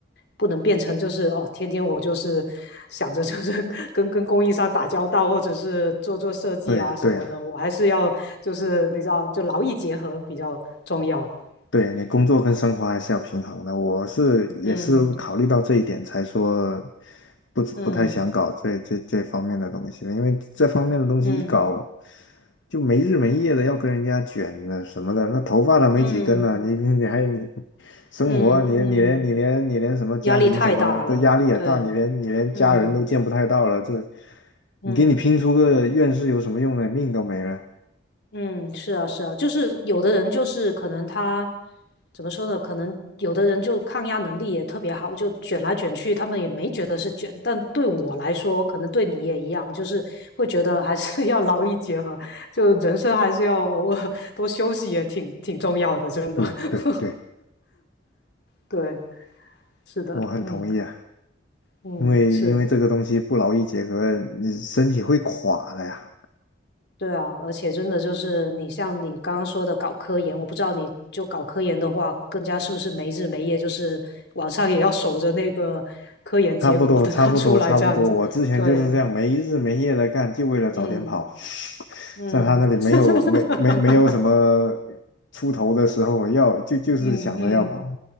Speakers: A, on the left; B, on the left.
A: 不能变成就是哦，天天我就是想着就是跟跟供应商打交道，或者是做做设计啊什么的，
B: 对呀，对呀。
A: 我还是要就是你知道，就劳逸结合比较重要，
B: 对，你工作跟生活还是要平衡的。
A: 嗯
B: 我是也是考虑到这一点，
A: 嗯。
B: 才说不不太想搞这这这方面的东西了，
A: 嗯
B: 因为这方面的东西一搞
A: 嗯
B: 就没日没夜的要跟人家卷的什么的，那头发都没几根了，
A: 嗯
B: 你你你还你生活啊你你连你连你连什么家庭什么的压力也大，
A: 嗯嗯，压力太大了。对，
B: 你连你连家人都见不太到了，
A: 嗯
B: 这
A: 嗯
B: 你给你拼出个院士有什么用呢？命都没了。
A: 嗯，是啊是啊，就是有的人就是可能他怎么说呢？可能有的人就抗压能力也特别好，就卷来卷去，他们也没觉得是卷。但对我来说，可能对你也一样，就是会觉得还是 <laughs> 要劳逸结合，就人生还是要偶尔多休息，也挺挺重要的，真的。
B: 对对对，
A: <laughs> 对，是的，
B: 我很同意啊。
A: 嗯嗯是。
B: 因为因为这个东西不劳逸结合，你身体会垮的呀。
A: 对啊，而且真的就是你像你刚刚说的搞科研，我不知道你就搞科研的话，更加是不是没日没夜，就是晚上也要守着那个科研结果等它出来这样子。
B: 差不多，差不多，差不多。我之前就是这样没日没夜的干，
A: 对，
B: 就为了早点跑。
A: 嗯
B: <laughs>
A: 嗯
B: 在他那里没有没没没有什么
A: <laughs>
B: 出头的时候，要就就是想着要跑。
A: 嗯嗯